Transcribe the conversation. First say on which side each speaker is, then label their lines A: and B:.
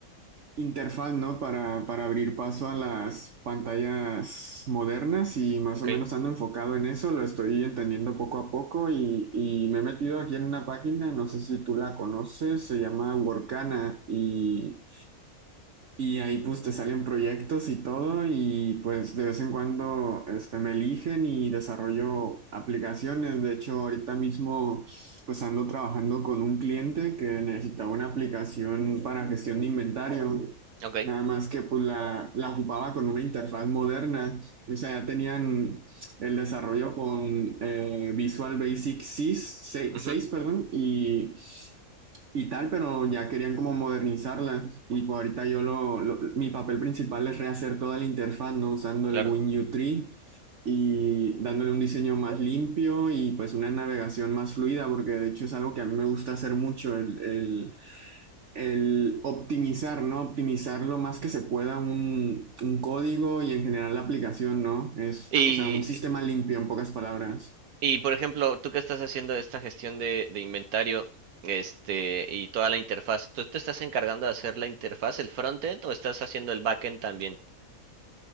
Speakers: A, on the right; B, on the right.
A: interfaz, ¿no? Para, para abrir paso a las pantallas modernas y más
B: okay
A: o menos ando enfocado en eso, lo estoy entendiendo poco a poco y, y me he metido aquí en una página, no sé si tú la conoces, se llama Workana y, y ahí pues te salen proyectos y todo y pues de vez en cuando este, me eligen y desarrollo aplicaciones, de hecho ahorita mismo pues ando trabajando con un cliente que necesitaba una aplicación para gestión de inventario.
B: okay
A: Nada más que pues la, la ocupaba con una interfaz moderna. O sea, ya tenían el desarrollo con eh, Visual Basic 6, seis
B: ujú,
A: 6, perdón, y, y tal, pero ya querían como modernizarla. Y pues ahorita yo lo, lo- mi papel principal es rehacer toda la interfaz, ¿no? Usando
B: claro.
A: el WinU3 y dándole un diseño más limpio y pues una navegación más fluida, porque de hecho es algo que a mí me gusta hacer mucho, el, el- el optimizar, ¿no? Optimizar lo más que se pueda un, un código y en general la aplicación, ¿no? Es,
B: Y,
A: o sea, un sistema limpio en pocas palabras.
B: y, por ejemplo, tú que estás haciendo esta gestión de, de inventario, este, y toda la interfaz, ¿tú te estás encargando de hacer la interfaz, el frontend, o estás haciendo el backend también?